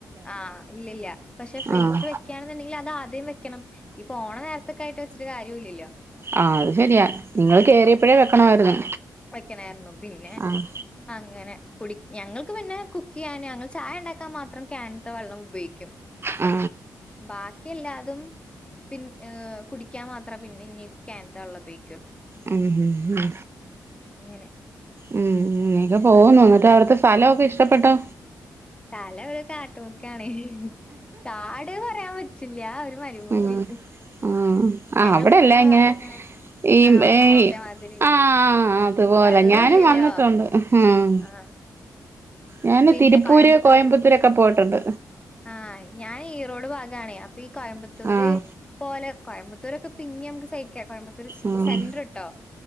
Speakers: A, on the left (about 15°); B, on the right (about 35°).
A: ആ ഇല്ലല്ല പക്ഷെ ഫിൽട്ടർ
B: ആഹ്
A: വെക്കയാണെന്നുണ്ടെങ്കിൽ അത് ആദ്യം വെക്കണം ഇപ്പോണ നേരത്തെക്കെ ആയിട്ട് വെച്ചിട്ട് കാര്യ ഇല്ലല്ലോ
B: ആ അത് ശെരിയാ നിങ്ങള് കേറിയപ്പഴേ വെക്കണമായിരുന്നു
A: വയ്ക്കണായിരുന്നു പിന്നെ
B: ആഹ്
A: ആ അങ്ങനെ കുടി ഞങ്ങൾക്ക് പിന്നെ കുക്ക് ചെയ്യാനും ഞങ്ങള് ചായ ഉണ്ടാക്കാൻ മാത്രം കാനിത്തെ വെള്ളം ഉപയോഗിക്കും
B: ആ
A: ബാക്കി എല്ലാതും പിന്നെ കുടിക്കാൻ മാത്രമേ പിന്നെ ഇനി കാനിത്തെ വെള്ളം ഉപയോഗിക്കുള്ളൂ
B: ഉം ഉം ഉം
A: അങ്ങനെ
B: ഉം ഇങ്ങനെക്കെ പോകുന്നു
A: അങ്ങനെയൊക്കെ
B: എന്നിട്ട് അവിടുത്തെ സ്ഥലമൊക്കെ ഇഷ്ടപ്പെട്ടോ
A: സ്ഥലം ഒരു കാട്ടുമുക്കാണ് കാട് പറയാൻ പറ്റില്ല ഒരു മരുഭൂമി
B: ഉം ആഹ്
A: ഞങ്ങള്
B: അവിടെ
A: നിക്കണ
B: എല്ലാം ഇങ്ങനെ
A: ഭാഗം അങ്ങനെ
B: ഈ
A: ആ ഉണങ്ങി
B: ഏയ്
A: കടിച്ച മാതിരി
B: ആഹ് അതുപോലെ
A: വെള്ളം
B: ഞാനും
A: ഇല്ലല്ലോ
B: വന്നിട്ടുണ്ട് ഉം
A: ആ
B: ഞാന്
A: പിന്നെ
B: തിരുപ്പൂര്
A: കോയമ്പത്ത്
B: കോയമ്പത്തൂരൊക്കെ പോയിട്ടുണ്ട്
A: ആ ഞാൻ ഈറോട് ഭാഗ ത്താണെ അപ്പൊ ഈ കോയമ്പത്തൂര്
B: ആഹ്
A: പോലെ കോയമ്പത്തൂരൊക്കെ പിന്നെ നമുക്ക് സഹിക്കാം കോയമ്പത്തൂർ
B: ആഹ്
A: സെൻറർട്ടോ